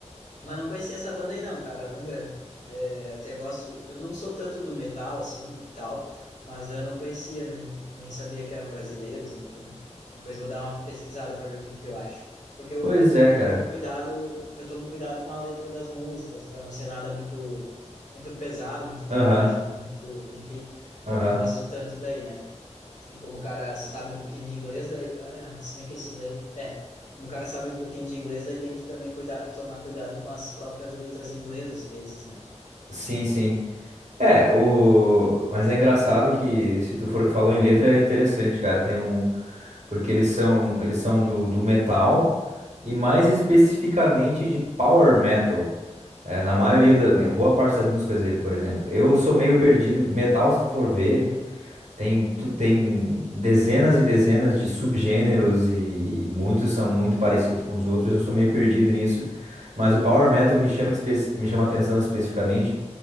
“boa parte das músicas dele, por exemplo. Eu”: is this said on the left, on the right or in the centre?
Right